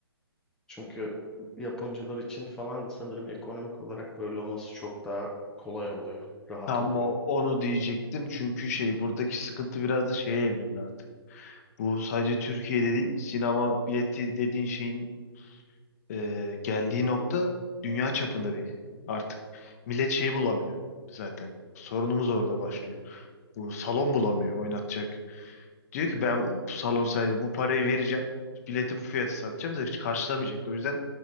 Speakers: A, in the centre; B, on the left.
A: Çünkü yapımcılar için falan da sanırım ekonomik olarak böyle olması çok daha kolay oluyor, rahat
B: Tam
A: oluyor.
B: o- onu diyecektim çünkü şey buradaki sıkıntı biraz da şeye evrildi artık. Bu sadece Türkiye'de değil sinema bileti dediğin şeyin e, geldiği nokta dünya çapında bir artık millet şeyi bulamıyor zaten. Sorunumuz orada başlıyor. Bu salon bulamıyor oynatacak. Diyor ki ben bu salon sahibi bu parayı vereceğim. Bileti bu fiyata satacağım da hiç karşılamayacak. O yüzden